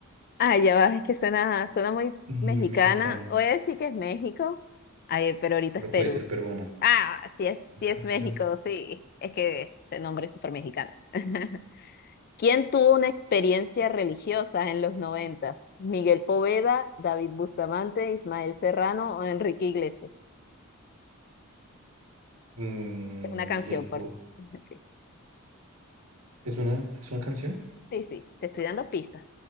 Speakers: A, on the left (about 45°); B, on the right (about 90°).
A: Ah, ya va, es que suena, suena muy
B: Muy
A: mexicana.
B: mexicano,
A: Voy a decir que es México, ay, pero ahorita
B: pero
A: es Perú.
B: puede ser peruana.
A: Ah, sí es, sí es
B: Ujú.
A: México, sí. Es que este nombre es súper mexicano. <laughs> ¿Quién tuvo una experiencia religiosa en los noventas? ¿Miguel Poveda, David Bustamante, Ismael Serrano o Enrique Iglesias?
B: Mm,
A: Es una canción,
B: Miguel
A: por
B: Po-
A: si- <laughs> Ok.
B: ¿Es una, es una canción?
A: Sí, sí, te estoy dando pistas.